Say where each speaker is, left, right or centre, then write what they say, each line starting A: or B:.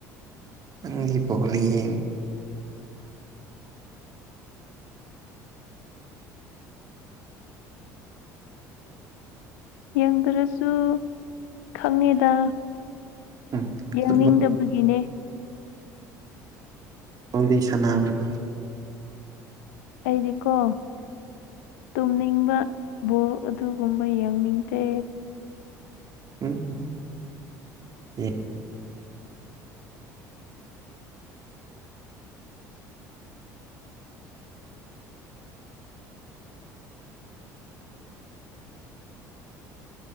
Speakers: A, on the right; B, on the left.
A: ꯑꯪ ꯄꯣꯜꯂꯤꯌꯦ
B: ꯌꯦꯡꯗ꯭ꯔꯁꯨ ꯈꯪꯉꯦꯗ
A: ꯎꯝ
B: ꯌꯥꯡꯅꯤꯡꯗꯕꯒꯤꯅꯦ
A: ꯐꯨꯠꯕꯣꯜ ꯀꯜꯗꯤ ꯁꯅꯥ꯭ꯔꯥ
B: ꯑꯩꯗꯤꯀꯣ ꯇꯨꯝꯅꯤꯡꯕ ꯕꯣꯜ ꯑꯗꯨꯒꯨꯝꯕ ꯌꯦꯡꯅꯤꯡꯗꯦ
A: ꯎꯝ ꯍ